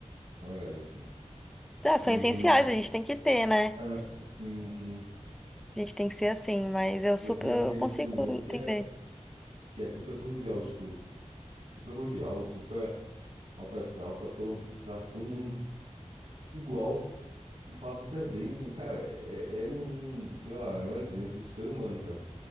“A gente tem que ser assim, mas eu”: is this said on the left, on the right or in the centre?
Centre